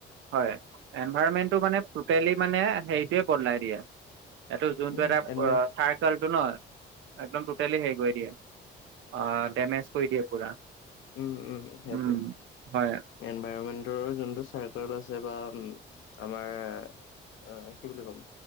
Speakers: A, on the right; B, on the left.
A: হয়, এনভাইৰমেন্টটো মানে টোটেলি মানে হেৰিটোয়ে বদলাই দিয়া। এইটো যোনটো
B: উম
A: এটা
B: এনভাৰ
A: ৱ থাৰ্ট <unintelligible> ন একদম টোটেলি হেৰি কৰি দিয়ে, অ ডমেজ কৰি দিয়ে পুৰা।
B: উম উম সেইটোৱে,
A: উম হয়
B: এনভাইৰনমেন্টৰ যোনটো চাৰ্ক বা আছে বা উম, আমাৰ অ কি বুলি কম